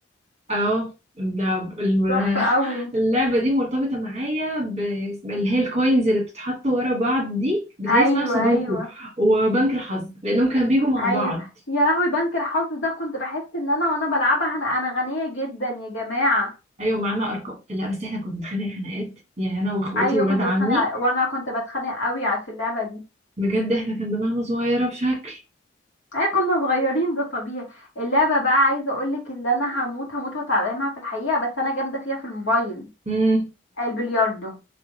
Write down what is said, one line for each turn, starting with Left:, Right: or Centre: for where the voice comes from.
Right: اه ده ال-
Left: تحفه
Right: <laughs>
Left: قوي
Right: اللعبة دي مرتبطة معايا ب- اللي هي الكوينز اللي بتتحط ورا بعض دي بتهيألي
Left: ايوه
Right: اسمها سودوكو
Left: ايوه
Right: وبنك الحظ لأنهم كانوا بيجوا مع
Left: ايوه
Right: بعض
Left: يا لهوي بنك الحظ ده كنت بحس ان انا وانا بلعبها انا انا غنيه جدا يا جماعه
Right: أيوة معانا أرقام لا بس احنا كنا بنتخانق خناقات يعني أنا وإخواتي
Left: ايوه
Right: وولاد
Left: كنت
Right: عمي
Left: بتخانق ع- وانا كنت بتخانق قوي ع- في اللعبه دي
Right: بجد احنا كان دماغنا صغيرة بشكل
Left: اي كنا صغيرين ده طبيعي اللعبه بقى عايزه اقولك اللي انا هموت هموت واتعلمها في الحقيقه بس انا جامده فيها في الموبايل
Right: <laughs>
Left: البلياردو